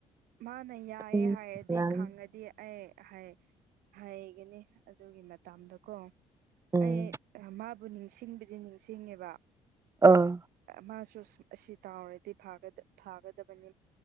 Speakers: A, on the right; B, on the right.
A: ꯃꯥꯅ ꯌꯥꯏꯌꯦ
B: ꯑꯗꯨꯝ
A: ꯍꯥꯏꯔꯗꯤ
B: ꯌꯥꯅꯤ
A: ꯈꯪꯉꯗꯤ ꯑꯩ ꯍꯩ ꯍꯩꯒꯅꯤ ꯑꯗꯨꯒꯤ ꯃꯇꯝꯗꯣꯀꯣ
B: ꯎꯝ
A: ꯑꯩ ꯃꯥ ꯕꯨ ꯅꯤꯡꯁꯤꯡꯕꯗꯤ ꯅꯤꯡꯁꯤꯡꯉꯦꯕ
B: ꯑꯥ
A: ꯃꯥꯁꯨ ꯑꯁꯤ ꯇꯥꯎꯔꯗꯤ ꯐꯥꯒ ꯐꯥꯒꯗꯕꯅꯦ